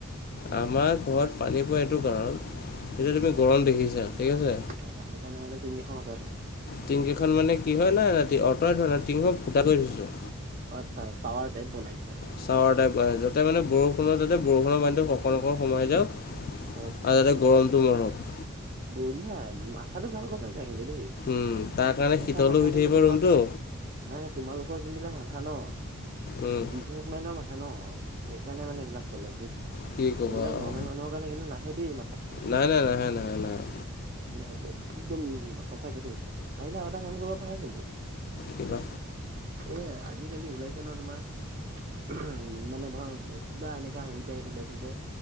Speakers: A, on the left; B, on the right.
A: আমাৰ ঘৰত পানী পোৱা এইটো কাৰণ, এতিয়া তুমি গৰম দেখিছা। ঠিক আছে?
B: অ সেইকাৰণে মানে তিঙকেইখন আঁতৱা থৈছ-
A: টিংকখন মানে কি হয়, ন অঁটৱাই থোৱা নাই টিংখন মানে ফুটা কৰি থৈছোঁ।
B: অ, আচ্ছা চাৱাৰ টাইপ বনাই দিছা মানে।
A: চাৱাৰ টাইপ যাতে মানে বৰষুণৰ যাতে বৰষুণ পানীটো, অকণক সোমাই যাওক। আৰু
B: আচ্ছা
A: যাতে গৰমটো মৰহক
B: বঢ়িয়া, মাথাটো ভাল ঘৰত খতাইচা কিন্তু দেই।
A: উম তাৰ কাৰণে
B: এনেকা
A: শীতলো
B: মাথা
A: শুই
B: কিন্তু
A: থাকিব
B: তোমাক
A: ৰুমটো।
B: নাই নাই, তোমালোকৰ যোনবিলাক মাথা ন,
A: উম।
B: বিজ- নেছ মাইনডৰ মথা ন। সেইকাৰণে মানে এইবাক চলে বুইছ-
A: কি ক'বা
B: এইবিলাক
A: আৰু
B: নৰ্মেল মানুহৰ কাৰণে কিন্তু, নাহে দেই মাথাত।
A: নাই নাই নাহে নাহে নাহে।
B: নাই নাই, একদম সঁচাকে দেই। পাৰিলে আৰু এটা কাম কৰিব পাৰা কিন্তু।
A: কি বা?
B: এ আজিকালি ওলাইছে ন তোমাৰ? উহুম মানে ধৰ কিবা এনেক- কা হেৰি টাইপ ওলাইছে যে